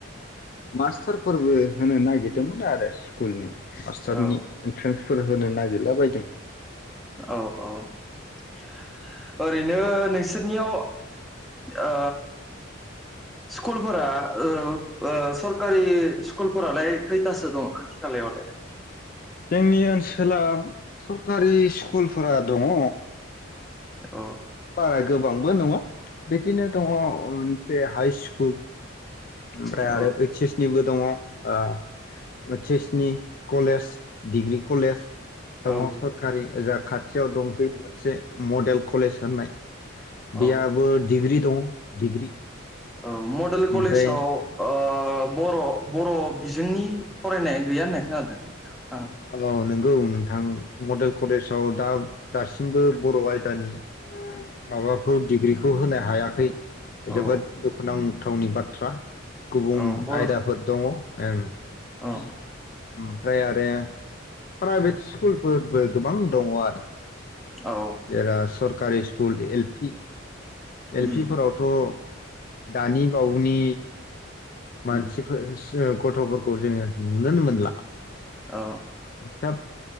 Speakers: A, on the left; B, in the centre.
A: मास्टार फोरबो होनो नागिद दोंमोन आरो स्कुलनि मास्टारनि
B: औ
A: इन्ट्रेन्स फोर होनो नागिरला बायदों
B: औ -औ ओरैनो नोंसोरनियाव ओ स्कुलफोरा ओ - ओ सरकारि स्कुलफोरालाय खैथासो दं खाथि खालायावलाय
A: जोंनि ओनसोला सरखारि स्कुलफोरा दङ
B: औ
A: बारा गोबांबो नङा बिदिनो दङ मोनसे हाइ स्कुल ओमफ्राय
B: औ
A: आरो इडस एस निबो दङ ओ बासेसनि कलेज डिग्रि कलेज दङ
B: औ
A: सरकारि ओजाब खाथियाव दंफैयो मोनसे मडेल कलेज होननाय बेयाबो
B: औ
A: डिग्रि दं डिग्रि
B: औ मडेल
A: ओमफ्राय
B: कलेजाव ओ बर' बर' बिजोंनि फरायनाया गैया होननाय खोनादों ना
A: हले नंगौ नोंथां मडेल कलेजाव दा दासिमबो बर' आयदानि माबाखौ डिग्रिखौ होनो हायाखै
B: औ
A: जोबोद दुखुनां गोथावनि बाथ्रा गुबुन
B: औ बर'
A: आयदाफोर दङ औं
B: औ
A: ओमफ्राय आरो प्राइभेट स्कुलफोरबो गोबां दङ आरो
B: औ
A: जा सरकारि school L P L
B: um
A: P फोरावथ' दानि बावनि मानसिफोर
B: उम
A: गथ'फोरखौ जोङो नुुनोनो मोनला
B: औ
A: सब